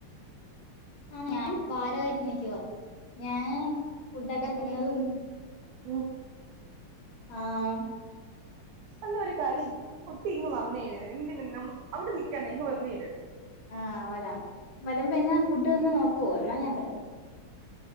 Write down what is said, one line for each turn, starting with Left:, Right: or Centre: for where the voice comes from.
Left: ആഹാ ഞാൻ ഭാരമായിട്ട് നിക്കൂവാ ഞാൻ ഫുഡൊക്കെ
Right: ഉം.
Left: തിന്നതും
Right: ഉം.
Left: ആഹാ
Right: അതൊന്നുംകാര്യല്ല കുട്ടി ഇങ്ങ് വന്നേര്. എന്തിന്നും നമ്മഅവിടെ നിക്കണ്ട ഇങ്ങ് വന്നേര്
Left: ആഹ് വരാം വരുമ്പോ എന്നാ ഫുഡ് തന്ന് നോക്കുവോ ന്നാ ഞാൻ വരാം